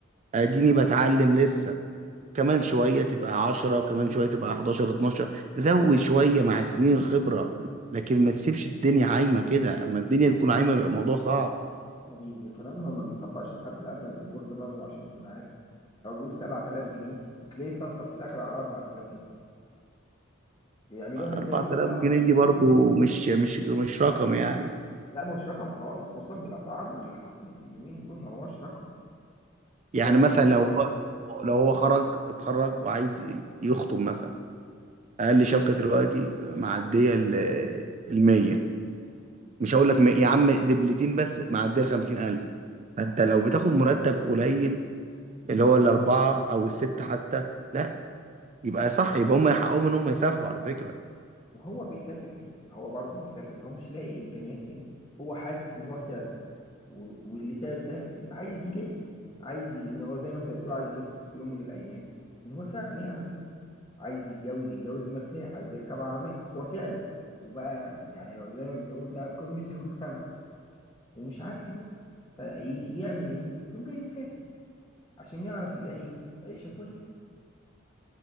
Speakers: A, on the right (about 35°); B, on the left (about 20°).
A: اديني بتعلم لسه كمان شوية تبقى 10 وكمان شوية تبقى 11 12 زود شوية مع السنين الخبرة لكن ما تسيبش الدنيا عايمة كده اما الدنيا تكون عايمة بيبقى الموضوع صعب
B: ما بي... كمان هو ما بيطبقش الحد الأدنى للأجور ده برضه عشان تكون عارف هو بيقول 7000 جنيه وتلاقيه صفصف في الآخر على 4000 جنيه بيعملوها إزاي
A: 4000
B: دي ما تعرفش
A: جنيه دي برضو مش مش مش رقم يعني
B: لا ما هوش رقم خالص خصوصا بالاسعار اللي حصلت اليومين دول ما هوش رقم
A: يعني
B: هي الدكاتره
A: مثلا لو هو لو هو خرج اتخرج وعايز يخطب مثلا اقل شبكة دلوقتي معدية ال 100 مش هقول لك م- يا عم دبلتين بس معدية ال 50000 فانت لو بتاخد مرتب قليل اللي هو الاربعة او الستة حتى لا يبقى صح يبقى هم يحققوا ان هم يسافروا على فكرة
B: وهو بيسافر ليه؟ ما هو برضه بيسافر ليه؟ هو مش لاقي إمكانيات هنا هو حاسس إن هو تعب و- واللي تعب ده يبقى عايز يلاقي عايز ي- إن هو زي ما أنت بتقول عايز يخطب في يوم من الأيام إن هو فعلا يعرف يخطب عايز يتجوز يتجوز مرتاح عايز يركب عربية هو تعب وبقى يعني زي ما بنقول ده قمة المجتمع ومش عارف يوصل فيعمل إيه؟ يقوم جاي مسافر عشان يعرف يلاقي عيشة كويسة